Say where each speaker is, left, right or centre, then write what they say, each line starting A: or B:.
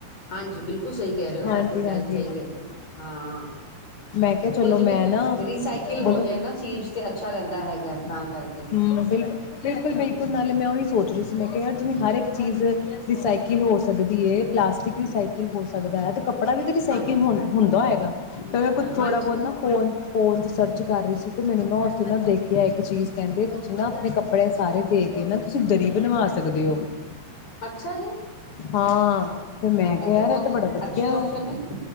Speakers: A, on the left; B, on the left.
A: ਹਾਂਜੀ ਬਿਲਕੁਲ ਸਹੀ ਕਹਿ ਰਹੇ ਹੋ
B: ਹਾਂਜੀ
A: ਤੇ ਗੱਲ
B: ਹਾਂਜੀ
A: ਸਹੀ ਕਹਿ ਰਹੇ ਹੋ ਹਾਂ
B: ਮੈਂ ਕਿਹਾ ਚਲੋ
A: ਕੋਈ ਜਿਵੇਂ
B: ਮੈਂ ਨਾ
A: ਰੀਸਾਈਕਲ
B: ਬੋਲੋ
A: ਹੋ ਜਾ ਨਾ ਚੀਜ਼ ਤੇ ਅੱਛਾ ਰਹਿੰਦਾ ਹੈਗਾ ਤਾਂ ਕਰਕੇ।
B: ਹਮ ਬਿਲਕੁਲ ਬਿਲਕੁਲ ਬਿਲਕੁਲ ਨਾਲੇ ਮੈਂ ਉਹੀ ਸੋਚ ਰਹੀ ਸੀ ਮੈਂ ਕਿਹਾ ਯਾਰ ਜਿਵੇਂ ਹਰ ਇੱਕ ਚੀਜ਼ ਰੀਸਾਈਕਲ ਹੋ ਸਕਦੀ ਹੈ ਪਲਾਸਟਿਕ ਰੀਸਾਈਕਲ ਹੋ ਸਕਦਾ ਹੈ ਤੇ ਕੱਪੜਾ ਵੀ ਤਾਂ ਰਸਾਈਕਲ
A: ਹਾਂਜੀ
B: ਹੁੰਦਾ ਹੈਏਗਾ ਫੇਰ ਮੈਂ ਕੁਛ ਥੋੜਾ
A: ਹਾਂਜੀ
B: ਬਹੁਤ ਨਾ ਫੋ ਫੋਨ ਚ ਸਰਚ ਕਰ ਰਹੀ ਸੀ ਤੇ ਮੈਨੂੰ ਨਾ ਉੱਥੇ ਨਾ ਦੇਖਿਆ ਇੱਕ ਚੀਜ਼ ਕਹਿੰਦੇ ਤੁਸੀਂ ਨਾ ਆਪਣੇ ਕੱਪੜੇ ਸਾਰੇ ਦੇ ਕੇ ਨਾ ਤੁਸੀ ਦਰੀ ਬਣਵਾ ਸਕਦੇ ਔ।
A: ਅੱਛਾ ਜੀ
B: ਹਾਂ ਫਿਰ ਮੈਂ
A: ਇਹ
B: ਕਿਆ ਏਰਾ
A: ਬਹੁਤ
B: ਤੇ ਬੜਾ ਵਧੀਐ,
A: ਅੱਛੀ ਓਪਸ਼ਨ ਹੈ